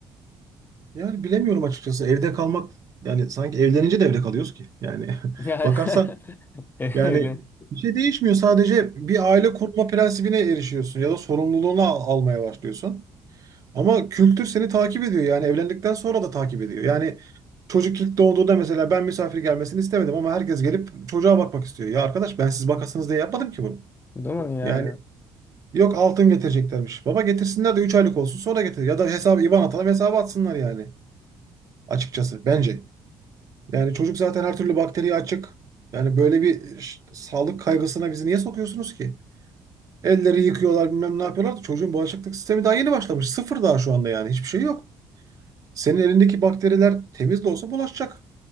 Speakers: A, on the right; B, on the left.
A: Yani bilemiyorum açıkçası. Evde kalmak yani sanki evlenince de evde kalıyoruz ki. Yani <laughs>
B: Yani
A: bakarsan
B: <laughs>
A: Yani
B: evlen.
A: bir şey değişmiyor. Sadece bir aile kurma prensibine erişiyorsun ya da sorumluluğunu al- almaya başlıyorsun. Ama kültür seni takip ediyor. Yani evlendikten sonra da takip ediyor. Yani çocuk ilk doğduğunda mesela ben misafir gelmesini istemedim ama herkes gelip çocuğa bakmak istiyor. Ya arkadaş ben siz bakasınız diye yapmadım ki bunu.
B: Değil mi yani?
A: Yani yok altın getireceklermiş. Baba getirsinler de 3 aylık olsun sonra getir. Ya da hesabı IBAN atalım hesabı atsınlar yani. Açıkçası bence. Yani çocuk zaten her türlü bakteriye açık. Yani böyle bir ş- sağlık kaygısına bizi niye sokuyorsunuz ki? Elleri yıkıyorlar bilmem ne yapıyorlar da çocuğun bağışıklık sistemi daha yeni başlamış. Sıfır daha şu anda yani hiçbir şey yok. Senin elindeki bakteriler temiz de olsa bulaşacak.